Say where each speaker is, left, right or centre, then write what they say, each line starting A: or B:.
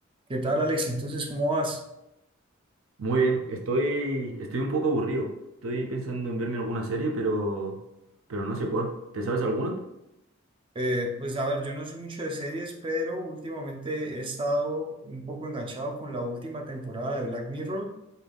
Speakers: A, on the right (about 25°); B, on the right (about 75°).
A: ¿Qué tal, Alex? Entonces, ¿cómo vas?
B: Muy bien, estoy, estoy un poco aburrido. Estoy pensando en verme alguna serie, pero, pero no sé cuál. ¿Te sabes alguna?
A: Eh, pues a ver, yo no soy mucho de series, pero últimamente he estado un poco enganchado con la última temporada de Black Mirror